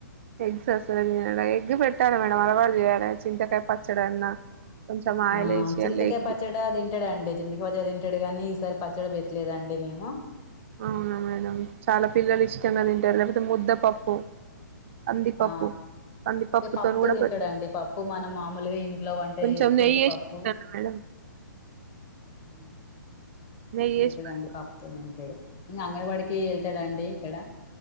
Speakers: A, on the right; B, on the left.
A: ఎగ్స్ అస్సలే తినడ ఎగ్గ్ పెట్టాలి మేడం అలవాటు జేయాలె చింతకాయ పచ్చడన్నా కొంచెం ఆయిల్
B: ఆ
A: వేసి
B: చింతకాయ
A: అల్ల ఎగ్
B: పచ్చడా దిన్ తింటడండి చింతకిపచ్చడి తింటడు గనీ ఈసారి పచ్చడి బెట్టలేదండి మేము
A: అవునా మేడం చాలా పిల్లలు ఇష్టంగ తింటరు లేకపోతే ముద్దపప్పు కందిపప్పు
B: ఆ
A: కందిపప్పుతోని
B: ఇగ పప్పుతో
A: కూడా
B: తింటడండి
A: పె
B: పప్పు మనం మామూలుగ ఇంట్లో వంట
A: కొంచెం
B: చేసుకుంటే
A: నెయ్యి వేసి
B: పప్పు
A: పెడతాను మేడం
B: ఉమ్
A: నెయ్యి
B: తింటదండి
A: వేసి పెడతాను
B: పప్పుతోని తింటడు ఇంక అంగన్ బడికి ఎళ్తడండి ఇక్కడ